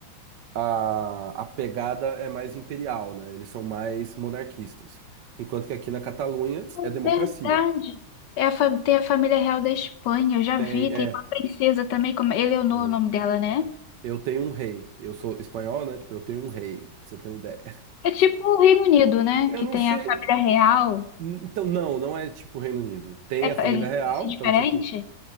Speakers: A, on the right (about 70°); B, on the left (about 70°).
A: a, a pegada é mais imperial, né? Eles são mais monarquistas. Enquanto que aqui na Catalunha
B: É
A: é democracia.
B: Verdade. É a fa- Tem a família real da Espanha, eu já
A: Tem,
B: vi.
A: é,
B: Tem uma princesa também, como Eleonor,
A: tem-
B: é o nome dela, né?
A: é. eu tenho um rei. Eu sou espanhol, né? Tipo, eu tenho um rei, pra você ter uma ideia.
B: É tipo o Reino Unido, né?
A: Eu
B: Que
A: não
B: tem
A: sei,
B: a família real.
A: Então, não, não é tipo Reino Unido. Tem
B: É, pa-
A: a família
B: é
A: real,
B: assim, diferente?
A: então, tipo.